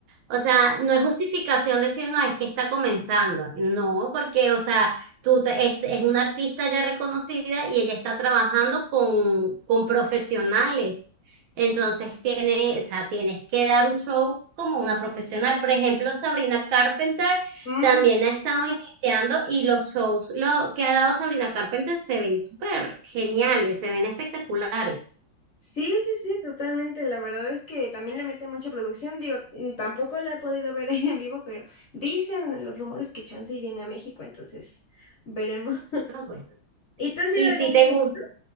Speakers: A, on the right; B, on the left.
A: o sea, no es justificación decir, no, es que está comenzando. No, porque, o sea, tú te- es, es una artista ya reconocida y ella está trabajando con, con profesionales. Entonces tiene, o sea, tienes que dar un show como una profesional. Por ejemplo, Sabrina Carpenter
B: Mm,
A: también ha estado iniciando y los shows lo que ha dado Sabrina Carpenter se ven súper geniales, se ven espectaculares.
B: Sí, sí, sí, totalmente. La verdad es que también le mete mucha producción. Digo, mm, tampoco la he podido ver <laughs> ahí en vivo, pero dicen los rumores que chance y viene a México, entonces veremos. <laughs>
A: Ah, bueno.
B: ¿Y tú has ido
A: Y
B: a algún
A: si
B: concierto?
A: te gusta,